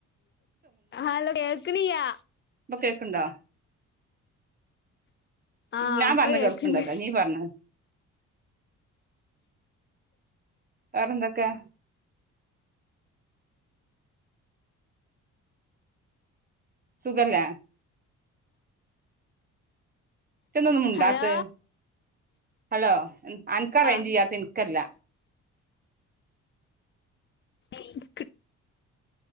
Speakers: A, on the left (about 40°); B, on the right (about 30°).
A: ഹലോ കേൾക്കണിയാ
B: ഇപ്പൊ കേക്കുണ്ടോ.
A: ആഹ്
B: ഞാൻ
A: ഇപ്പ
B: പറഞ്ഞത്
A: കേക്ക്ണ്ട്
B: കേക്കുണ്ടല്ലോ നീ പറഞ്ഞത്. വേറെന്തക്കെ. സുഖല്ലേ ഇജ്ജെന്താ ഒന്നും മുണ്ടാത്ത്
A: ഹലോ
B: ഹലോ അൻക്കാ
A: ആഹ്
B: റേഞ്ച് ഇയ്യത്ത് ഇൻക്കല്ല.
A: ഇൻക്ക്